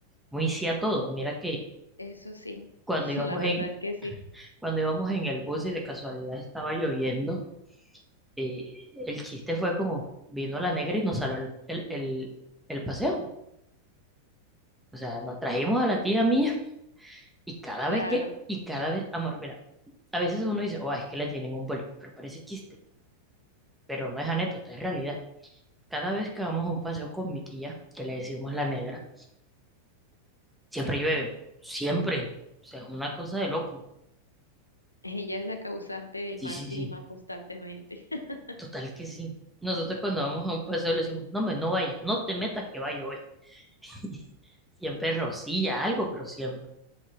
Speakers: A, in the centre; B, on the left (about 80°).
A: muy sí a todo. Mira que
B: Eso sí,
A: cuando
B: <laughs>
A: íbamos
B: la verdad
A: en,
B: es que sí,
A: cuando íbamos en el bus y de casualidad estaba lloviendo, eh, el chiste fue como vino la negra y nos saló el, el, el- el paseo. O sea, nos trajimos a la tía mía y cada
B: claro.
A: vez que, y cada vez, amor, mira, a veces uno dice, oh, es que le tienen un bol, pero parece chiste, pero no es anécdota, es realidad. Cada vez que vamos a un paseo con mi tía, que le decimos la negra, siempre llueve, siempre. O sea, es una cosa de loco.
B: Ella es la causante del
A: Sí,
B: mal
A: sí,
B: clima
A: sí.
B: constantemente. <laughs>
A: Total que sí. Nosotros cuando vamos a un paseo le decimos, no, me no vayas, no te metas que va a llover. <laughs> Siempre rocilla algo, pero siempre.